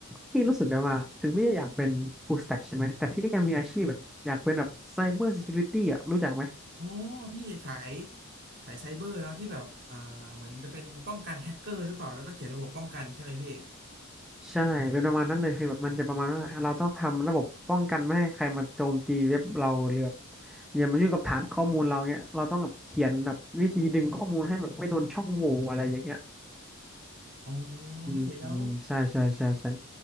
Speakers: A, in the centre; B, on the right.
A: พี่รู้สึกได้ว่าถึงพี่จะอยากเป็นฟู l ส t ต็กใช่ไหมแต่พี่ก็ยังมีอาชีพแบบอยากเป็นแบบไซเบอร์ซิเคียวริตี้อะรู้จักไหม
B: อ๋อพี่สายสายไซเบอร์เนาะที่แบบอ่าเหมือนจะเป็นป้องกันแฮกเกอร์หรือเปล่าแล้วก็เขียนระบบป้องกันใช่ไหมพี่
A: ใช่เป็นประมาณนั้นเลยคือแบบมันจะประมาณว่าเราต้องทำระบบป้องกันไม่ให้ใครมาโจมตีเว็บเราหรือแบบอย่ามายุ่งกับฐานข้อมูลเราเนี้ยเราต้องแบบเขียนแบบวิธีดึงข้อมูลให้แบบไม่โดนช่องโหว่อะไรอย่างเงี้ย
B: อ๋อ
A: อืมอืมใช่ใช่ใช่ใช่
B: พี่แล้ว